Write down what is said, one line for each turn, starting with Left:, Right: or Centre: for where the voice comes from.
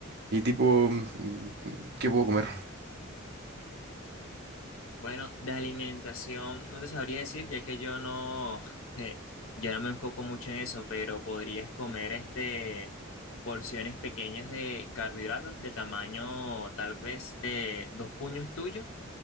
Right: Y tipo, mm, ¿qué puedo comer?
Left: Bueno, de alimentación, no te sabría decir, ya que yo no, <laughs> eh, yo no me enfoco mucho en eso, pero podrías comer este, porciones pequeñas de carbohidratos del tamaño tal vez de dos puños tuyos